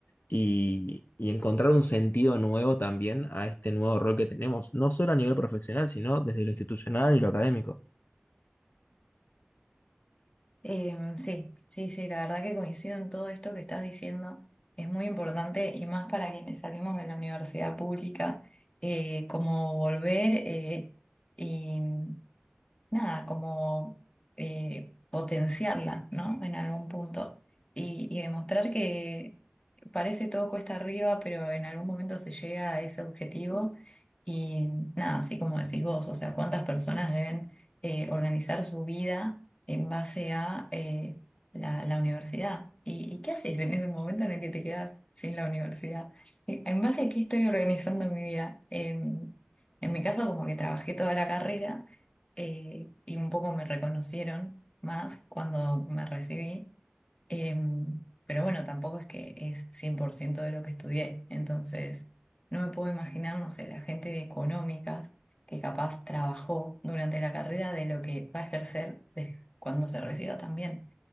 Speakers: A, on the left (about 55°); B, on the left (about 25°).
A: y, y encontrar un sentido nuevo también a este nuevo rol que tenemos, no solo a nivel profesional, sino desde lo institucional y lo académico.
B: Em, sí, sí, sí, la verdad que coincido en todo esto que estás diciendo. Es muy importante y más para quienes salimos de la universidad pública, eh, como volver eh, y nada, como eh, potenciarla, ¿no? En algún punto. Y, y demostrar que parece todo cuesta arriba, pero en algún momento se llega a ese objetivo. Y nada, así como decís vos, o sea, cuántas personas deben eh, organizar su vida en base a eh, la, la universidad. ¿Y, y qué haces en ese momento en el que te quedas sin la universidad? ¿En en base a qué estoy organizando mi vida? Em, en mi caso, como que trabajé toda la carrera eh, y un poco me reconocieron más cuando me recibí. Em, pero bueno, tampoco es que es 100% de lo que estudié. Entonces, no me puedo imaginar, no sé, la gente de económicas que capaz trabajó durante la carrera de lo que va a ejercer de- <laughs> cuando se reciba también.